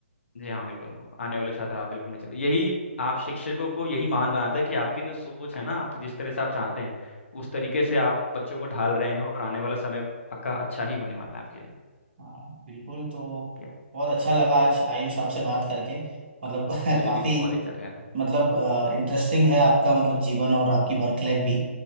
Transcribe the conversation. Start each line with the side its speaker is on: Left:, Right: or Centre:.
Left: जी हाँ बिल्कुल आने वाले छात्र आप बिल्कुल नहीं चले यही आप शिक्षकों को यही महान बनाता है कि आपकी जो सोच है ना आप जिस तरह से आप चाहते हैं उस तरीके से आप बच्चों को ढाल रहे हैं और आने वाला समय पक्का अच्छा ही होने वाला है आपके
Right: हाँ बिल्कुल तो
Left: ठीक है
Right: बहुत अच्छा लगा आज आयुष आपसे बात करके मतलब <laughs>
Left: मुझे
Right: काफी
Left: भी बहुत अच्छा लगा था
Right: मतलब इंटरेस्टिंग है आपका मतलब जीवन और आपकी वर्क लाइफ भी